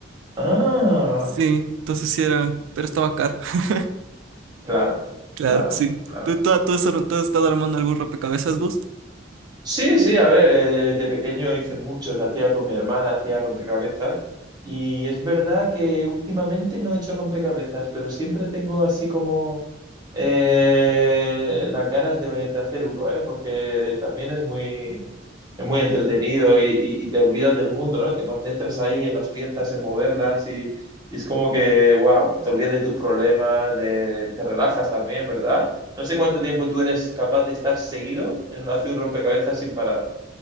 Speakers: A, on the right; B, on the right.
A: Ah,
B: Sí, entonces sí eran, pero estaba caro. <laughs>
A: claro,
B: Claro,
A: claro,
B: sí.
A: claro.
B: ¿Tú, tú, tú has, ar- tú has estado armando algún rompecabezas, Gus?
A: Sí, sí, a ver, eh, de pequeño hice muchos, hacía con mi hermana, hacía rompecabezas y es verdad que últimamente no he hecho rompecabezas, pero siempre tengo así como eh, las ganas de, de hacer uno, ¿eh? Porque también es muy, es muy entretenido y, y- y te olvidas del mundo, ¿no? Te concentras ahí en las piezas, en moverlas y, y es como que, wow, te olvidas de tus problemas, de, te relajas también, ¿verdad? No sé cuánto tiempo tú eres capaz de estar seguido en hacer un rompecabezas sin parar.